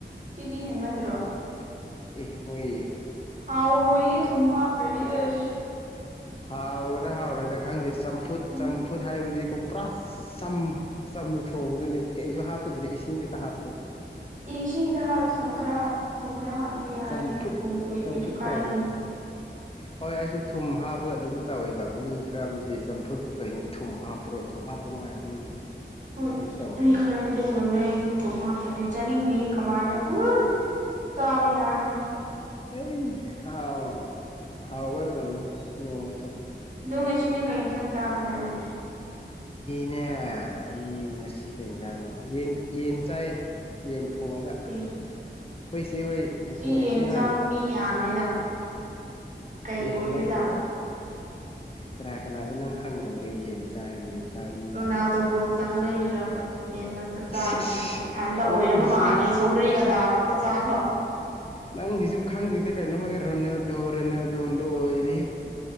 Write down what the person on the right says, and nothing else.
ꯁꯤꯗꯤ ꯍꯦꯟꯃꯟꯗ꯭ꯔꯣ
ꯍꯥꯎ ꯔꯣꯏꯌꯦ ꯊꯨꯝ ꯍꯥꯞ ꯇ꯭ꯔꯗꯤ ꯑꯩꯁ
ꯎꯝ
ꯏ ꯏꯁꯤꯡꯒꯤꯗ ꯍꯥꯞꯔꯁꯨ ꯊꯨꯝ ꯈꯔ ꯊꯨꯝ ꯈꯔ ꯍꯥꯞꯔꯗꯤ ꯌꯥꯏꯍꯦ
ꯊꯨꯝꯕꯨꯗꯤ
ꯀꯩꯁꯨ ꯀꯥꯏꯗꯤꯌꯦ
ꯍꯣꯏ
ꯃꯤ ꯈꯔꯗꯤ ꯑꯗꯨꯝ ꯉꯪꯅꯩ ꯑꯩꯗꯤ ꯊꯨꯝ ꯍꯥꯞꯇ‍꯭ꯔꯗꯤ ꯆꯥꯅꯤꯡꯗꯤ ꯀꯃꯥꯏꯅ ꯎꯁ ꯆꯥꯕ ꯌꯥꯔꯔꫭꯏ
ꯗꯣ ꯉꯁꯤꯅ ꯀꯩ ꯏꯟꯁꯥꯡ ꯌꯥꯕꯔ ꯅꯪꯗꯤ
ꯑꯦ
ꯉꯁꯤ ꯌꯦꯟꯆꯥꯕ
ꯃꯤ ꯌꯥꯝꯃꯦꯅꯥ ꯀꯩ
ꯑꯣꯏꯕꯤꯖꯥꯂ
ꯔꯣꯅꯥꯜꯗꯣ
ꯒꯣꯜ ꯆꯪꯕꯩꯒꯤ <inaudible> ꯌꯦꯟ ꯉꯛꯇ ꯆꯥꯔꯤꯁꯦ
ꯏꯊꯟꯗ ꯑꯣꯏꯔꯝꯃ
ꯃꯥꯜꯂꯦ ꯁꯧꯒ꯭ꯔꯤꯒ ꯗꯥꯜ ꯈꯛꯇ ꯆꯥꯕ